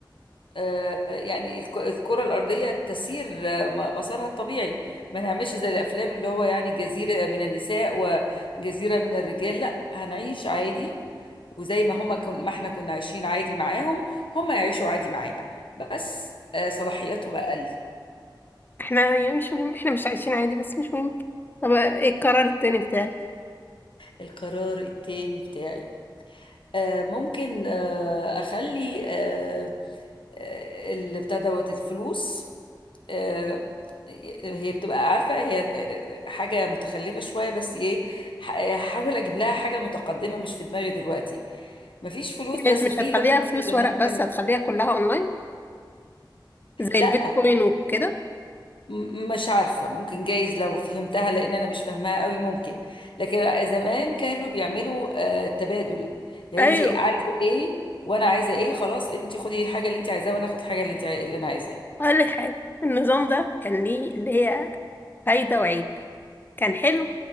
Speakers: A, on the left (about 85°); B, on the left (about 25°).
A: آه، يعني الك- الكرة الأرضية تسير آه، م- مسارها الطبيعي ما نعملش زي الأفلام اللي هو يعني جزيرة من النساء وجزيرة من الرجال لا هنعيش عادي وزي ما هما كن ما احنا كنا عايشين عادي معاهم هما يعيشوا عادي معانا بس آه، صلاحياتهم أقل
B: احنا يعني مش مهم احنا مش عايشين عادي بس مش مهم طب ايه القرار التاني بتاعك
A: القرار التاني بتاعي آه ممكن آه اخلي آه آه، اللي بتاع دوت الفلوس آه هي بتبقى عارفة هي آه، آه، حاجة متخلفة شوية بس ايه ح- هحاول اجيب لها حاجة متقدمة مش في دماغي دلوقتي مفيش فلوس
B: يعني
A: بس
B: انت مش
A: في
B: هتخليها
A: لو فاكرة
B: فلوس
A: زمان
B: ورق بس
A: كان
B: هتخليها كلها اونلاين زي
A: لا
B: البيتكوين وكده
A: م- مش عارفة ممكن جايز لو فهمتها لأن أنا مش فاهماها قوي ممكن لكن زمان كانوا بيعملوا آه، تبادل يعني
B: ايوه
A: أنت عايزة إيه وأنا عايزة إيه خلاص أنت خدي الحاجة اللي أنت عايزاها وأنا آخد الحاجة اللي أنت عاي... اللي أنا عايزاها
B: اقول لك حاجه النظام ده كان ليه اللي هي فايده وعيب كان حلو